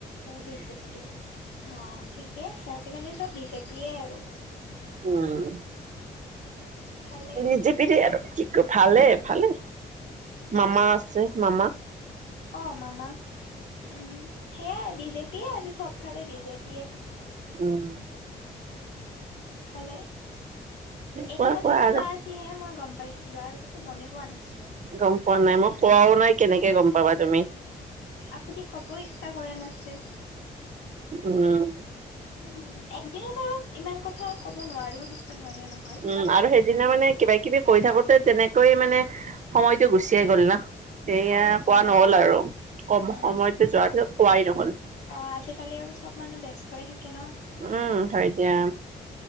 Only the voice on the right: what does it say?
উম।
বিজেপিৰে আৰু, কি কয় ভালে, ভালে,
মামা আছে, মামা।
উম
কোৱা
কোৱা
আৰু
গম পোৱা নাই, মই কোৱাও নাই কেনেকে গম পাবা তুমি?
উম
উম আৰু সেইদিনা মানে কিবা কিবি কৈ থাকোতে তেনেকৈ মানে সময়টো গুচিয়েই গ'ল ন! এয়া
কোৱা নহ'ল
আৰু। কম
সময়তো যোৱাৰ পাছত কোৱাই নহ'ল।
উম, হয় দিয়া,